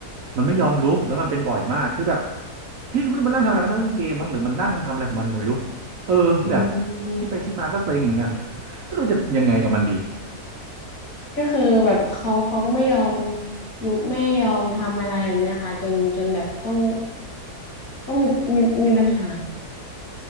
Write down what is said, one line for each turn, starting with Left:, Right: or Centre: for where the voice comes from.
Right: มันไม่ยอมลุกแล้วมันเป็นบ่อยมากคือแบบพี่ก็ไม่รู้มันนั่งทำอะไรมันนั่งเล่นเกมมั้งหรือมันนั่งทำอะไรของมันก็ไม่รู้เออแบบ
Left: อืม
Right: ที่ไปคิดมาก็เซ็งเหมือนกัน <laughs> ไม่รู้จะยังไงกับมันดี
Left: ก็คือแบบเขาเขาก็ไม่ยอมลุกไม่ยอมทำอะไรแบบเนี้ยค่ะจนจนแบบต้องต้องมีมีมีปัญหา